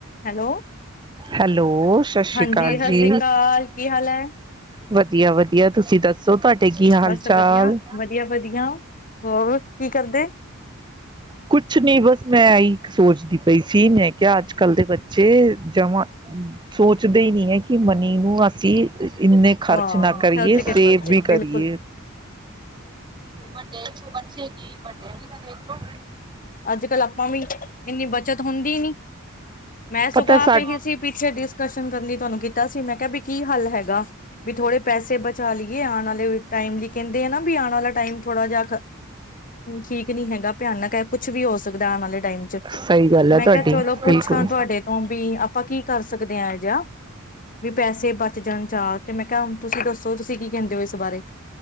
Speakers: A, on the left; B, on the right.
A: ਹੈਲੋ
B: ਹੈਲੋ ਸਤਿ ਸ਼੍ਰੀ
A: ਹਾਂਜੀ
B: ਅਕਾਲ
A: ਸਤਿ
B: ਜੀ
A: ਸ੍ਰੀ ਅਕਾਲ ਕੀ ਹਾਲ ਹੈ
B: ਵਧੀਆ ਵਧੀਆ ਤੁਸੀਂ ਦੱਸੋ ਤੁਹਾਡੇ ਕੀ ਹਾਲ
A: ਬਸ
B: ਚਾਲ
A: ਵਧੀਆ ਵਧੀਆ ਵਧੀਆ ਹੋਰ ਕੀ ਕਰਦੇ ਏ
B: ਕੁਛ ਨੀ ਬਸ ਮੈਂ ਆਈ ਕ ਸੋਚਦੀ ਪਈ ਸੀ ਮੈ ਕਿਹਾ ਅੱਜ ਕੱਲ ਦੇ ਬੱਚੇ ਜਮਾਂ ਸੋਚਦੇ ਹੀ ਨਹੀ ਹੈ ਕਿ ਮ ਉ ਅਸੀਂ ਇਨੇ ਖਰਚ
A: ਹਾਂ
B: ਨਾ ਕਰੀਏ
A: ਚਲਚ ਕੇ
B: ਸੇਵ
A: ਪਲਚੇ
B: ਵੀ ਕਰੀਏ
A: ਬਿਲਕੁਲ
B: ਵੱਡੇ ਬੱਚੇ ਕੀ ਵੱਡੇ ਵੀ ਤਾਂ ਦੇਖੋ
A: ਅੱਜ ਕੱਲ ਆਪਾਂ ਵੀ ਇਨੀ ਬਚਤ ਹੁੰਦੀ ਨਹੀਂ ਮੈਂ ਸੁਬਹ
B: ਪਤਾ ਸਾ
A: ਤੋਂ ਹੀ ਸੀ ਪੀਛੇ ਡਿਸਕਸ਼ਨ ਕਰਨੀ ਤੁਹਾਨੂੰ ਕੀਤਾ ਸੀ ਮੈਂ ਕਿਹਾ ਪੀ ਕੀ ਹੱਲ ਹੈਗਾ ਵੀ ਥੋੜੇ ਪੈਸੇ ਬਚਾ ਲਈਏ ਆਣ ਵਾਲੇ ਟਾਈਮ ਲਈ ਕਹਿੰਦੇ ਆ ਨਾ ਵੀ ਆਉਣ ਵਾਲਾ ਟਾਈਮ ਥੋੜਾ ਜਿਹਾ ਠੀਕ ਨਹੀਂ ਹੈਗਾ ਭਿਆਨਕ ਹੈ ਕੁਛ ਵੀ ਹੋ ਸਕਦਾ ਨਾਲੇ ਟਾਈਮ ਚ
B: ਸਹੀ ਗੱਲ ਹੈ
A: ਮੈਂ
B: ਤੁਹਾਡੀ
A: ਕਿਹਾ ਚਲੋ ਪੁੱਛਾਂ
B: ਬਿਲਕੁਲ।
A: ਤੁਹਾਡੇ ਤੋਂ ਵੀ ਆਪਾਂ ਕੀ ਕਰ ਸਕਦੇ ਆ ਇਹੋ ਜਿਹਾ ਵੀ ਪੈਸੇ ਬਚ ਜਾਣ ਚਾਹ ਤੇ ਮੈਂ ਕਿਹਾ ਤੁਸੀਂ ਦੱਸੋ ਤੁਸੀਂ ਕੀ ਕਹਿੰਦੇ ਔ ਇਸ ਬਾਰੇ